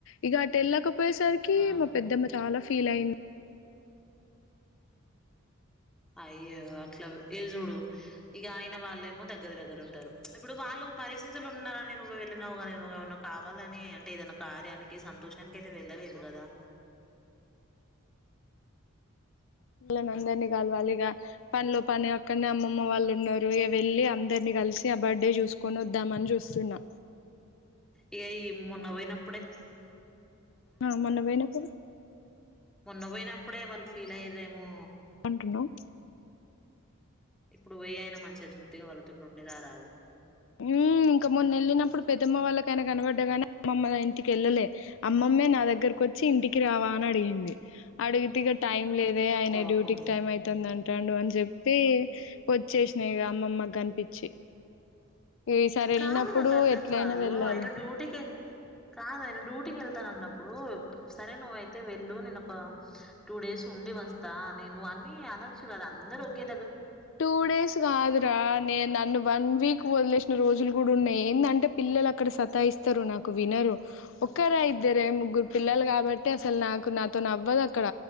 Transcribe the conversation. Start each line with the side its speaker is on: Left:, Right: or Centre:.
Left: ఇక అటేళ్ళకపోయేసరికి
Centre: ఆ
Left: మా పెద్దమ్మ చాలా ఫీలై అయింది
Centre: అయ్యో అట్లా ఏగ చూడు ఇక ఆయన వాళ్ళేమో దగ్గర దగ్గర ఉంటారు ఇప్పుడు వాళ్ళు కు పరిస్థితులున్నారని నువ్వు వెళ్ళినవుగానీ నువ్వు ఏమన్నా కావాలని అంటే ఏదై క్యానికి సంతోషానికేతే వెళ్ళ వెళ్లలేదు కాదు
Left: మళ్ళని అందరినీ కలవాలి ఇగ పనిలో పని అక్కడనే అమ్మమ్మ వాళ్ళు ఉన్నారు ఇగ వెళ్ళి అందరినీ కలిసి ఆ బర్త్డే చూస్కుందమని చూస్తున్నా
Centre: ఇగ ఇ మొన్నపోయినపుడే
Left: ఆ మొన్న పోయ్నప్పుడు
Centre: మొన్న పోయ్నప్పుడే వాళ్ళు ఫీల్ అయ్యరేమో
Left: అంటున్నావ్
Centre: ఇప్పుడు పోయ్ అయిన మంచి తృప్తిగా వళ్ళతోటుండి రారాదు
Left: ఉ ఇంక మొన్నేళ్ళినప్పుడు పెద్దమ్మ వాళ్ళకైనా కనపడ్డగాని అమ్మమ్మ ఇంటికిళ్ళలే అమ్మమ్మే నా దగ్గర వచ్చి ఇంటికి రావా అనడిగింది అడిగితేగ టైం లేదే ఆయన
Centre: పాపం
Left: డ్యూటీకి టైంమైతాందంటాడు అని చెప్ప చెప్పి వచ్చేస్నాయిక అమ్మమ్మకి కనిపించి ఈసారి వెళ్ళినప్పుడు
Centre: కాదు నాకర్ధంకాదు
Left: ఎట్లయినా వెళ్ళాలి
Centre: ఆయన డ్యూటీకి కాదు ఆయన డూటీకేళ్తాన్నప్పుడు సరే నువ్వయితే వెళ్ళు నేను ఒక టూ డేస్ ఉండి వస్తా అనిను అనొచ్చు కదా అందరోకే
Left: టూ డేస్ గాదు రా నే నన్ను వన్ వీక్ వదిలేసిన రోజులు కూడా ఉన్నాయి ఏందంటే పిల్లలక్కడ సతాయిస్తారు నాకు వినరు ఒక్కరై వేరే ముగ్గురు పిల్లల్ కాబట్టి అసలు నాకు నాతో నవ్వదక్కడ